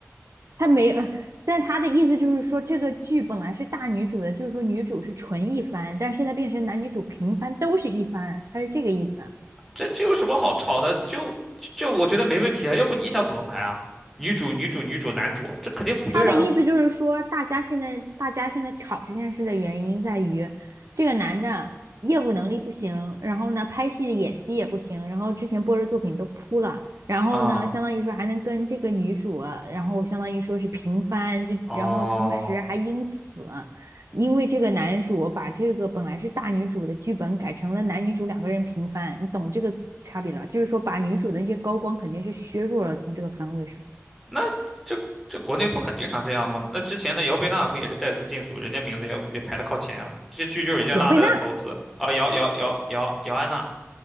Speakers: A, on the right; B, in the centre.
A: 他没，<laughs> 呃但他的意思就是说这个剧本来是大女主的，就是说女主是纯一番，但是现在变成男女主平翻都是一番，他是这个意思。
B: 这这有什么好吵的？就就就我觉得没问题啊，要不你想怎么排啊？女主女主女主男主，这肯定不对啊！
A: 他的意思就是说，大家现在大家现在吵这件事的原因在于，这个男的业务能力不行，然后呢，拍戏的演技也不行，然后之前播的作品都扑了，然后呢，
B: 啊
A: 相当于说还能跟这个女主，然后相当于说是平番，就然后同时还因此，
B: 哦。
A: 因为这个男主把这个本来是大女主的剧本改成了男女主两个人平番，你懂这个差别了？就是说把女主的那些高光肯定是削弱了从这个番位上。
B: 那这这国内不很经常这样吗？那之前的姚贝娜不也是带资进组，人家名字也也排得靠前啊。这些剧就是人家拉来的投资啊，
A: 姚贝娜。
B: 姚姚姚姚姚安娜，